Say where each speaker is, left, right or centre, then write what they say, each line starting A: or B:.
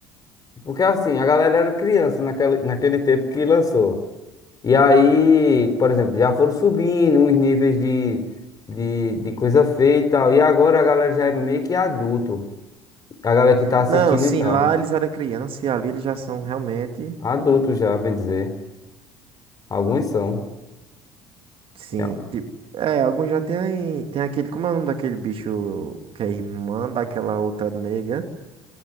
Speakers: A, on the left; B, on the right.
A: porque assim, a galera era criança naquele, naquele tempo que lançou. E aí, por exemplo, já foram subindo os níveis de, de, de coisa feia e tal. E agora a galera já é meio que adulto, a galera que tá assistindo
B: Não, sim,
A: e tal.
B: lá eles eram criança e ali eles já são realmente...
A: Adultos já, bem dizer. Alguns são.
B: Sim,
A: E al-
B: tipo, é, alguns já tem, tem aquele, como é o nome daquele bicho que é irmã daquela outra nega